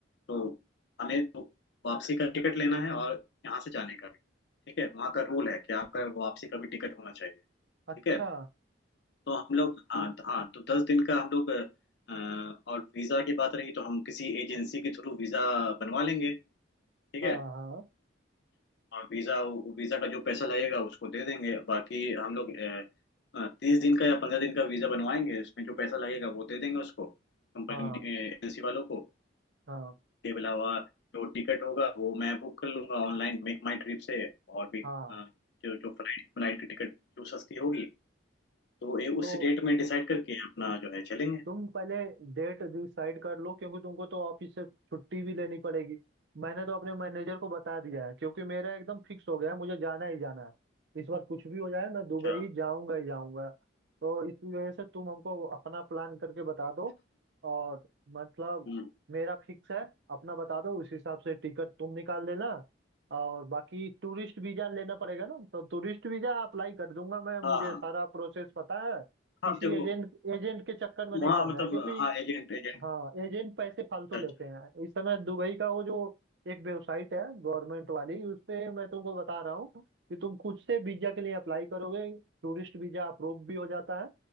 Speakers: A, on the left; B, on the right.
A: तो हमें तो वापसी का टिकट लेना है और यहाँ से जाने का भी ठीक है वहाँ का रूल है कि आपका वापसी का भी टिकट होना चाहिए
B: अच्छा
A: ठीक है तो हम लोग हाँ तो- हाँ तो दस दिन का हम लोग अ, और वीज़ा की बात रही तो हम किसी एजेंसी के थ्रू वीज़ा बनवा लेंगे ठीक
B: हाँ
A: है
B: हाँ
A: हाँ वीजा वीजा का जो पैसा लगेगा उसको दे देंगे बाकी हम लोग तीस दिन का या पंद्रह दिन का वीजा बनवाएंगे उसमें जो पैसा लगेगा वो दे देंगे उसको कंपनी
B: हाँ
A: एजेंसी वालों को
B: हाँ
A: के अलावा जो टिकट होगा वो मैं बुक कर लूंगा ऑनलाइन मेक माई ट्रिप से और भी
B: हाँ
A: अ, जो जो फ्लाइट फ्लाइट की टिकट जो सस्ती होगी तो ये
B: तो
A: उस डेट में डिसाइड करके अपना जो है चलेंगे
B: तुम पहले डेट डिसाइड कर लो क्योंकि तुमको तो ऑफिस से छुट्टी भी लेनी पड़ेगी मैंने तो अपने मैनेजर को बता दिया है क्योंकि मेरा एकदम फिक्स हो गया है मुझे जाना ही जाना है इस बार कुछ भी हो जाए मैं दुबई
A: अच्छा
B: जाऊंगा ही जाऊंगा तो इस वजह से तुम हमको अपना प्लान करके बता दो और मतलब
A: हम्म,
B: मेरा फिक्स है अपना बता दो उस हिसाब से टिकट तुम निकाल लेना और बाकी टूरिस्ट वीजा लेना पड़ेगा ना तो टूरिस्ट वीजा अप्लाई कर दूंगा मैं
A: हाँ
B: मुझे
A: हाँ
B: सारा प्रोसेस पता है
A: हाँ
B: किसी
A: देखो
B: एजेंट एजेंट के चक्कर में नहीं
A: वहाँ
B: पड़ना
A: मतलब
B: है क्योंकि
A: हाँ एजेंट एजेंट
B: हाँ एजेंट पैसे फालतू
A: अच्छा
B: लेते
A: अच्छा
B: हैं इस समय दुबई का वो जो एक वेबसाइट है गवर्नमेंट वाली उस पे मैं तुमको बता रहा हूँ कि तुम खुद से वीजा के लिए अप्लाई करोगे टूरिस्ट वीजा अप्रूव भी हो जाता है